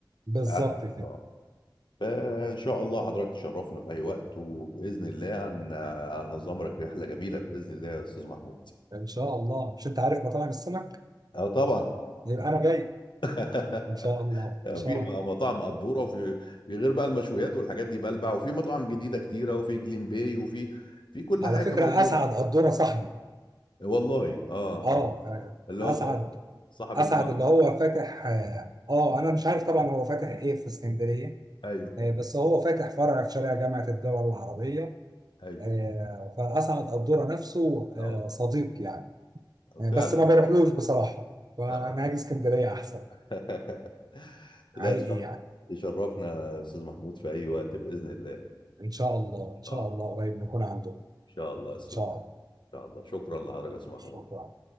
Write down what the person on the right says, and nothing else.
بالظبط
كده
ان شاء الله مش انت عارف مطاعم السمك
يبقى انا جاي
ان شاء الله ان شاء
الله
على
فكرة
اسعد قدورة صاحبي
اه
آه،
اسعد
اسعد
اللي هو فاتح اه آه، انا مش عارف طبعا هو فاتح ايه في اسكندرية
آه، بس هو فاتح فرع في شارع جامعة الدول العربية
آه، فأسعد قدورة نفسه آه،
صديق يعني آه،
بس ما بروحلوش بصراحة
فأنا
هاجي اسكندرية أحسن
حقيقي
يعني
إن شاء الله
إن شاء
الله قريب نكون عنده إن
شاء
الله
شكرا